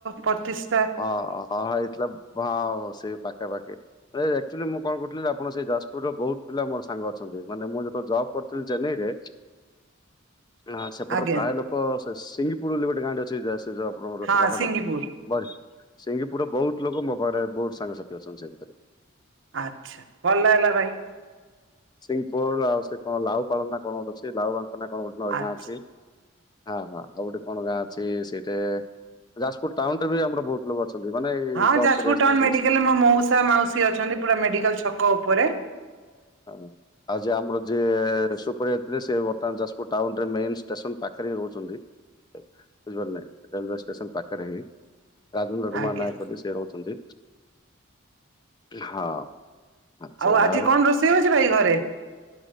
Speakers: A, on the right; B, on the left.
A: ପ୍ରତିଷ୍
B: ଓ ହଁ ହେଇଥିଲା ହଁ ସେ ପାଖା ପାାଖି। ଆକ୍ଚୁଆଲି ମୁଁ କଣ କରୁଥିଲି ଆପଣ ସେଇ ଯାଜପୁରରେ ବହୁତ ପିଲା ମୋର ସାଙ୍ଗ ଅଛନ୍ତି। ମାନେ ମୁଁ ଯେତେଳେ ଜବ୍ କରୁଥିଲି ଚେନାଇରେ ଅଁ ସେପଟରେ
A: ଆଜ୍ଞା
B: ପ୍ରାୟ ଲୋକ ସେ ସିଂଙ୍ଗିପୁର ବୋଲି ଗୋଟେ ଗାଁ ଟେ ଅଛି। ସେ ଯଉ ଆପଣଙ୍କର
A: ହଁ
B: ସେ ଯଉ ପାଖାପାଖି।
A: ସିଙ୍ଗିପୁର
B: ବ ସିଙ୍ଗପୁରରେ ବହୁତ ଲୋକ ମୋ ପାଖରେ ବହୁତ ସାଙ୍ଗସାଥି ଅଛନ୍ତି। ସେ ଭିତରେ
A: ଆଚ୍ଛା। ଭଲ ଲାଗିଲା ଭାଇ
B: ସିଙ୍ଗପୁର ଆଉ ସେ କଣ ଲାଉ ପାଳ ନା କଣ ଗୋଟେ ଅଛି, ଲାଉ ବାଙ୍କ ନା କଣ ଗୋଟେ
A: ଆଚ୍ଛା।
B: ଗାଁ ଅଛି। ହଁ-ହଁ, ଆଉ ଗୋଟେ କଣ ଗାଁ ଅଛି ସେଇଠେ। ଯାଜପୁର ଟାଉନ ରେ ବି ଆମର ବହୁତ ଲୋକ ଅଛନ୍ତି। ମାନେ ଏଇ
A: ହଁ,
B: ଜବ୍
A: ଯାଜପୁର
B: କରି ଆସିଛନ୍ତି
A: ଟାଉନ
B: ରିଲେସନ।
A: ମେଡିକାଲରେ ମୋ ମଉସା ମାଉସୀ ଅଛନ୍ତି। ପୁରା ମେଡିକାଲ ଛକ ଉପରେ।
B: ହଉ। ଆଉ ଯିଏ ଆମର ଯିଏ ସୁପରଭାଇଜର ଥିଲେ ସେ ବର୍ତ୍ତମାନ ଯାଜପୁର ଟାଉନରେ ମେନ ଷ୍ଟେସନ ପାଖରେ ହିଁ ରହୁଚନ୍ତି। ବୁଝିପାରିଲେ? ରରେଲୱେ ଷ୍ଟେସନ ପାଖରେ ହିଁ ରାଜେନ୍ଦ୍ର କୁମାର
A: ଆଜ୍ଞା
B: ନାୟକ ବୋଲି ସେ ରହୁଛନ୍ତି। ହଁ। ଆଚ୍ଛା
A: ଆଉ ଆଜି
B: ଯାଉ
A: କଣ ରୋଷେଇ ହଉଚି ଭାଇ ଘରେ?